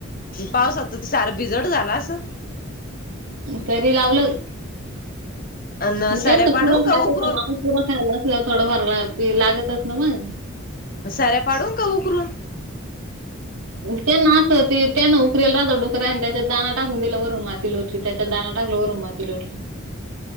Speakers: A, on the left (about 40°); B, on the right (about 85°).
A: पावसात त ती सारं भिजड झाला असन?
B: तरी लावलं.
A: अन
B: मग
A: सऱ्या
B: त्यांच
A: पाडून
B: पुरण
A: का
B: <inaudible> खायला
A: उकरून
B: नसल्यावर थोडंफार लागतच ना मग.
A: सऱ्या पाडून का उकरून?
B: त्यांना असं ती त्यांना उखरेल राजा डोकरा्या आणि त्याच्यात दाना टाकून दिला वरून माती लो त्याच्यात दाना टाकल वरून माती लोटली.